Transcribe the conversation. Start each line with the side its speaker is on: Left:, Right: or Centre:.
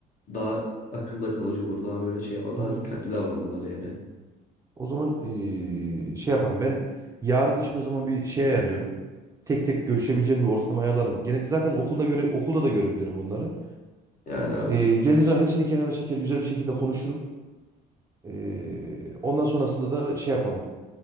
Left: Daha akılda kalıcı olur. Daha böyle şey yapar.
Right: Hı
Left: Daha
Right: hı.
Left: dikkatli davranırlar yani.
Right: O zaman eee, şey yaparım. Ben yarın için o zaman bir şey ayarlıyorum. Tek tek görüşebileceğim bir ortam ayarlarım. Gene zaten okulda göre okulda da görebilirim onları.
Left: Yani abi
Right: Ee, geldiğim zaman hepsini kenara çeker, güzel bir şekilde konuşurum. Ee, ondan sonrasında da şey yapalım.